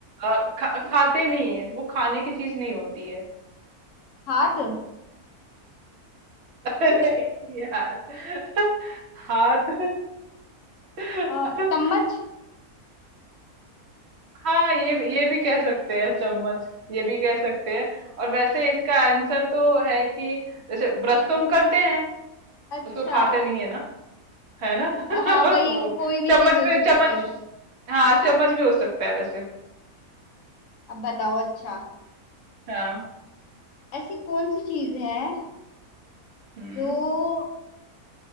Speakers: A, on the right (about 50°); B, on the left (about 60°).
A: आ, खा, खाते नहीं है वो खाने की चीज नहीं होती है
B: हाथ <laughs>
A: <laughs> नहीं यार हाथ <laughs>
B: और चम्मच
A: हाँ ये भी- ये भी कह सकते हैं चम्मच ये भी कह सकते हैं और वैसे इसका आंसर तो है कि जैसे ब्रश तो हम करते हैं
B: अच्छा
A: उसको खाते नहीं है ना है ना <laughs>
B: हाँ वही
A: वो
B: वो कोई भी
A: चम्मच
B: चीज हो
A: भी
B: सकती
A: चम्मच
B: है वैसे
A: हाँ चम्मच भी हो सकता है वैसे
B: अब बताओ अच्छा
A: हाँ
B: ऐसी कौन सी चीज है
A: हम्म
B: जो